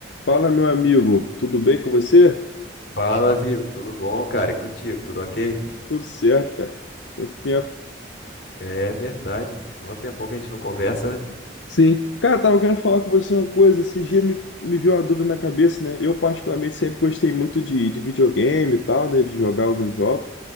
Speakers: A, on the left; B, on the left.
A: Fala, meu amigo, tudo bem com você?
B: Fala, Vitor, tudo bom, cara? E contigo, tudo ok?
A: Tudo certo, cara. Quanto tempo.
B: É verdade, pô. Mó tempão que a gente não conversa, né?
A: Sim, Cara, tava querendo falar com você uma coisa. Esse dia me, me veio uma dúvida na cabeça, né? Eu, particularmente, sempre gostei muito de, de videogame e tal, né? De jogar alguns jogos.